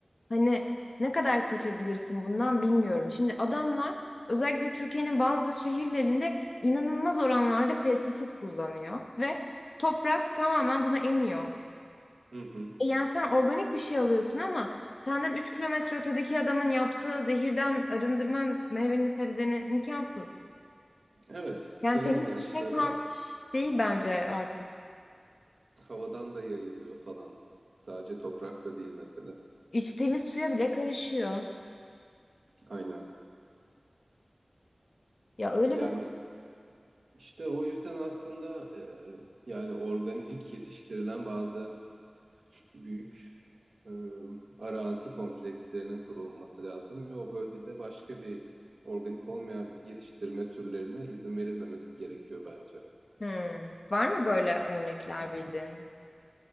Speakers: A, on the left; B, on the right.
A: hani ne kadar kaçabilirsin bundan bilmiyorum. Şimdi adamlar özellikle Türkiye'nin bazı şehirlerinde inanılmaz oranlarda pestisit kullanıyor ve toprak tamamen buna emiyor.
B: Hı hı.
A: E yani sen organik bir şey alıyorsun ama senden 3 kilometre ötedeki adamın yaptığı zehirden arındırman meyveni sebzeni imkansız.
B: Evet,
A: Yani
B: tarım
A: temiz
B: ilaçları
A: bir şey kalmış değil bence artık.
B: havadan da yayılıyor falan. Sadece toprakta değil mesela.
A: İçtiğimiz suya bile karışıyor.
B: Aynen.
A: Ya öyle
B: Yani
A: bir
B: işte o yüzden aslında e, yani organik yetiştirilen bazı büyük e, arazi komplekslerinin kurulması lazım ve o bölgede başka bir organik olmayan yetiştirme türlerine izin verilmemesi gerekiyor bence.
A: Hmm. Var mı böyle örnekler bildiğin?